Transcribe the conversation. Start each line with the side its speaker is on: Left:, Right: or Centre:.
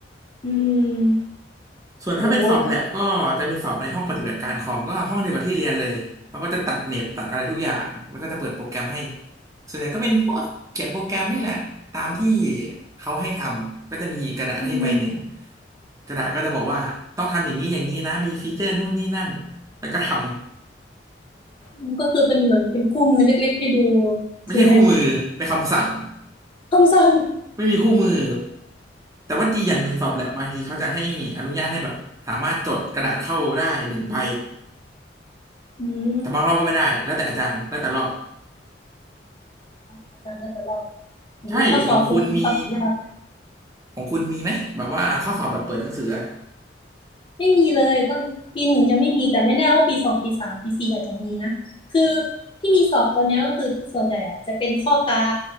Left: อืม
Right: ส่วนถ้าเป็นสอบแลบก็จะเป็นสอบในห้องปฏิบัติการคอมก็ห้องเดียวกับที่เรียนเลยเขาก็จะตัดเน็ตตัดอะไรทุกอย่างแล้วก็จะเปิดโปรแกรมให้
Left: โห
Right: ส่วนใหญ่ก็เป็นพวกเขียนโปรแกรมนี่แหละตามที่เขาให้ทำก็จะมีกระดาษให้ใบหนึ่ง
Left: อืม
Right: กระดาษก็จะบอกว่าต้องทำอย่างนี้อย่างนี้นะมีฟีเจอร์นู่นนี่นั่นแล้วก็ทำ
Left: มันก็คือเป็นเหมือนเป็นคู่มือเล็กๆให้ดู
Right: ไม่ใช่คู่มือเป็นคำสั่ง
Left: ใช่ไหมคำสั่ง
Right: ไม่มีคู่มือ แต่ว่าดีอย่างหนึ่งสอบแลบบางทีเขาจะให้อนุญาตให้แบบสามารถจดกระดาษเข้าได้หนึ่งใบ
Left: อืม
Right: แต่บางรอบก็ไม่ได้แล้วแต่อาจารย์แล้วแต่รอบ
Left: อาจารย์น่าจะรอบโอ้โหข้อสอบคุณฟังยาก
Right: ใช่ของคุณมีของคุณมีไหมแบบว่าข้อสอบแบบเปิดหนังสืออะ
Left: ไม่มีเลยตั้งปีหนึ่งยังไม่มี แต่ไม่แน่ว่าปีสองปีสามปีสี่อาจจะมีนะคือที่มีสอบตัวเนี้ยก็คือส่วนใหญ่อะจะเป็นข้อกา